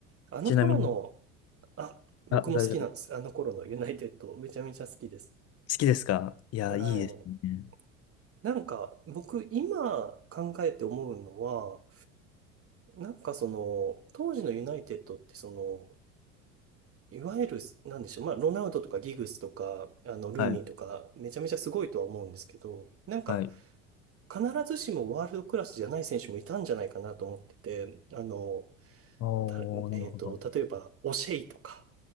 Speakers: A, on the right (about 30°); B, on the left (about 35°).
A: あの頃の、
B: ちなみに、
A: あ、僕も好きなんです。
B: あ、大丈夫。好
A: あの頃のユナイテッド、めちゃめちゃ好きです。
B: きですかいや、
A: は
B: いいですね。
A: い。なんか、僕、今考えて思うのは、なんかその、当時のユナイテッドってその、いわゆる、なんでしょう。まあ、ロナウドとかギグスとか、あの、ルーニーとか、
B: はい。
A: めちゃめちゃすごいとは思うんですけど、なんか、
B: はい。
A: 必ずしもワールドクラスじゃない選手もいたんじゃないかなと思ってて、あの、
B: おー、
A: だ、
B: なるほど。
A: えっと、例えば、オシェイとか、